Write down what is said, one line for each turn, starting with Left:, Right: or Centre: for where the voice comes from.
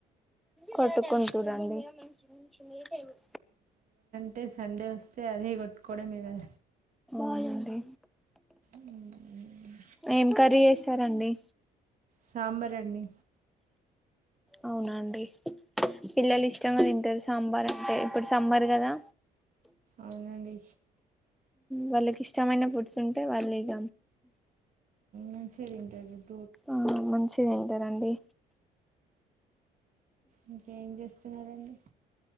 Centre: కొట్టుకుంటుడండి కొంచెం లేటయింది
Right: అంటే సండే వస్తే అదే కొట్టుకోవడం మీరుద
Centre: ఆజ అంది
Right: మ్మ్,
Centre: ఏం కర్రీ చేసారండి
Right: సాంబార్ండి
Centre: అవునండి పిల్లలు ఇష్టంగా తింటారు సాంబార్ అంటే ఇప్పుడు సమ్మర్ కదా
Right: అవునండి
Centre: వాళ్ళకి ఇష్టమైన పుడ్స్ ఉంటే వాళ్ళు ఇగ
Right: మంచి ఇంటర్వ్యూ
Centre: ఆ మంచిది ఇంటరండి
Right: ఇంకేం చేస్తున్నారండి